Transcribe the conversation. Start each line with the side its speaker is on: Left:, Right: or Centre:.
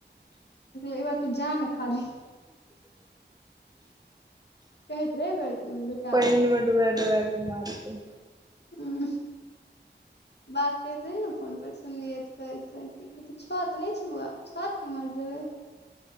Left: एक बार तू जा न खाली कइते <unintelligible> <unintelligible>
Right: पैन में डूबा डूबा क मारत
Left: हु बात कहैत रही ने फोन पर सुनलियैऽ कहैत कह छौ तऽ नहि छै बौआ छत कि मरि जेबै